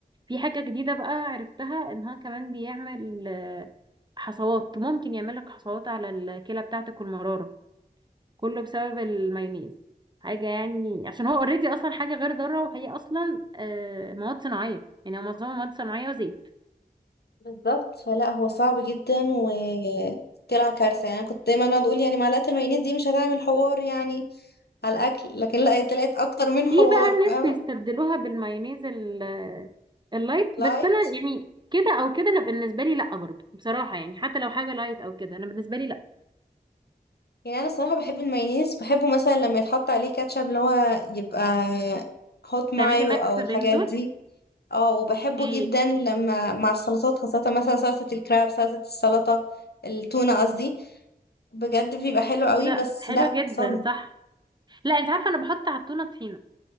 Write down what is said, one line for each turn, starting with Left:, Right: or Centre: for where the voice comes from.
Right: في حاجه جديده بقى عرفتها ان هو كمان بيعمل آه، حصوات ممكن يعمل لك حصوات على الكلى بتاعتك والمراره كله بسبب المايونيز حاجه يعني عشان هو اوريدي اصلا حاجه غير ضاره وهي اصلا آه، مواد صناعيه يعني هو معظمها مواد صناعيه وزيت
Left: بالظبط فلا هو صعب جدا و طلع كارثة يعني أنا كنت دايما اقعد اقول يعني معلقة المايونيز دي مش هتعمل حوار يعني على الاكل لكن لا طلعت اكتر من حوار
Right: في بقى الناس
Left: فاهمه
Right: بيستبدلوها بالمايونيز ال- اللايت
Left: لايك
Right: بس انا يعني كده او كده انا بالنسبه لي لا برضو بصراحه يعني حتى لو حاجه لايت او كده انا بالنسبه لي لا
Left: يعني انا صراحه بحب المايونيز بحبه مثلا لما يتحط عليه كاتشب اللي هو يبقى هوت مايو
Right: تعملي ميكس
Left: او الحاجات
Right: بين دول
Left: دي اه وبحبه
Right: اوكي
Left: جدا لما مع السلطات خاصه مثلا سلطه الكراب سلطه السلطه التونه قصدي بجد بيبقى حلو قوي
Right: كده
Left: بس
Right: حلو
Left: لا
Right: جدا
Left: صدمه
Right: صح لا انت عارفه انا بحط على التونه طحينه